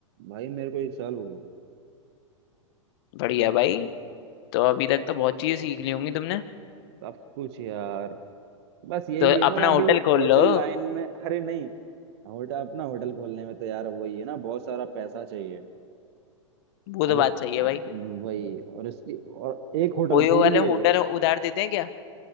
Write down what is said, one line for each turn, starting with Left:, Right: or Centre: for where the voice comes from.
Right: भाई मेरे को एक साल हो गया
Left: बढ़िया भाई तो अभी तक तो बहुत चीजें सीख ली होंगी तुमने
Right: सब कुछ यार बस यही
Left: तो
Right: है
Left: अपना
Right: ना अभी
Left: होटल
Right: होटल
Left: खोल लो
Right: लाइन में <laughs> अरे नहीं होटल अपना होटल खोलने में तो यार वही है ना बहुत सारा पैसा चाहिए
Left: वो
Right: अब
Left: तो
Right: जब
Left: बात सही है
Right: हम्म,
Left: भाई
Right: वही और इसकी और एक होटल
Left: ओयो
Right: थोड़ी
Left: वाले
Right: है
Left: होटल उधार देते हैं क्या